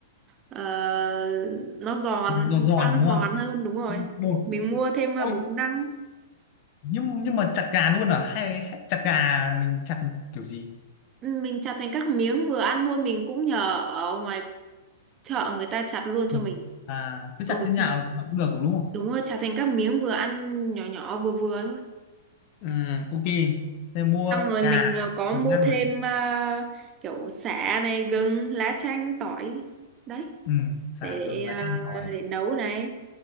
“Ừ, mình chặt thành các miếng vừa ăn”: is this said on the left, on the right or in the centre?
Right